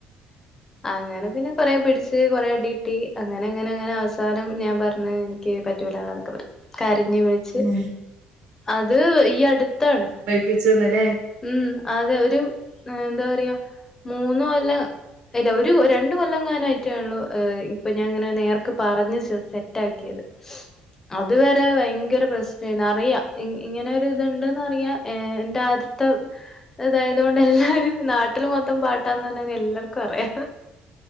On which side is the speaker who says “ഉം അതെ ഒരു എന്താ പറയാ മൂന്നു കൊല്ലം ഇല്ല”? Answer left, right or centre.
Left